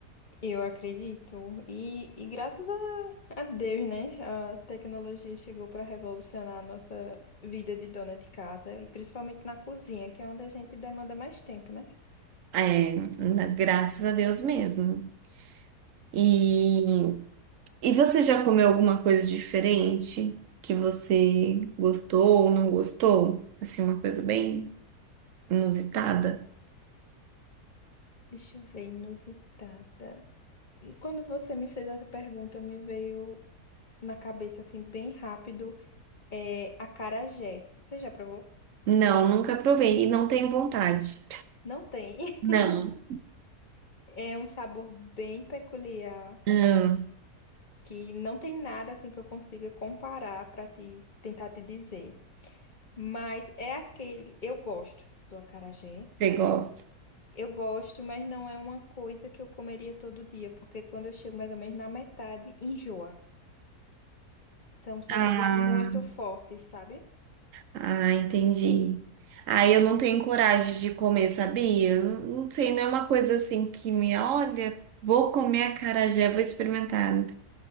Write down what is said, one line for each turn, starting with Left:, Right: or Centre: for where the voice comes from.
Left: Eu acredito. E, e graças a, a Deus, né? A tecnologia chegou para revolucionar a nossa vida de dona de casa, e principalmente na cozinha, que é onde a gente demanda mais tempo, né?
Right: É, na- graças a Deus mesmo. E, e você já comeu alguma coisa diferente que você gostou ou não gostou? Assim, uma coisa bem Inusitada?
Left: Deixa eu ver, inusitada. E Quando você me fez essa pergunta, me veio na cabeça assim bem rápido, é acarajé. Você já provou?
Right: Não, nunca provei e não tenho vontade.
Left: Não tem.
Right: Não.
Left: <laughs> É um sabor bem peculiar
Right: Hum,
Left: que não tem nada assim que eu consiga comparar para te tentar te dizer. Mas é aquele, eu gosto do acarajé.
Right: você gosta?
Left: Eu gosto, mas não é uma coisa que eu comeria todo dia, porque quando eu chego mais ou menos na metade, enjoa. São sabores
Right: Ah,
Left: muito fortes, sabe?
Right: Ah, entendi. Ah, eu não tenho coragem de comer, sabia? Não, não sei, não é uma coisa assim que me olha, vou comer acarajé, vou experimentar.